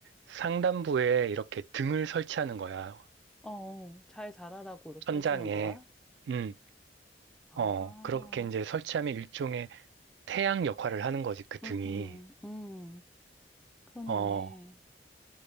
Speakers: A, on the right; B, in the centre.
A: 상단부에 이렇게 등을 설치하는 거야.
B: 어, 잘 자라라고 이렇게
A: 천장에.
B: 해주는 거야?
A: 음.
B: 아,
A: 어, 그렇게 이제 설치하면 일종의 태양 역할을 하는 거지, 그 등이.
B: 음, 음, 음, 그렇네.
A: 어,